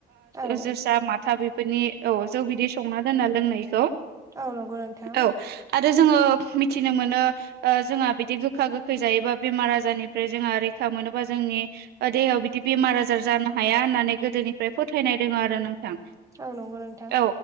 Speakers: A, on the right; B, on the right.
A: औ
B: जोसा माथा बेफोरनि औ जौ बिदै संना दोननो लोंनायखौ।
A: औ नंगौ नोंथां
B: औ आरो जोङो मिथिनो मोनो, जोंहा बिदि गोखा गोखै जायोबा बेमार आजारनिफ्राय जोंहा रैखा मोनोबा जोंनि, देहायाव बिदि बेमार आजार जानो हाया होननानै गोदोनिफ्राय फोथायनाय दङ आरो नोंथां।
A: औ नोंगौ नों
B: औ